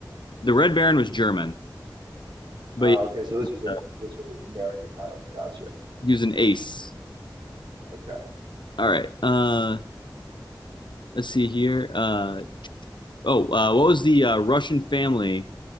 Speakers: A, on the left (about 80°); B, on the right (about 85°).
A: the Red Baron was German, but
B: Uh, okay, so this was the
A: uh,
B: this was an American pilot. Gotcha.
A: he was an ace.
B: Okay,
A: All right. Uh, let's see here. Uh, oh, uh, what was the uh, Russian family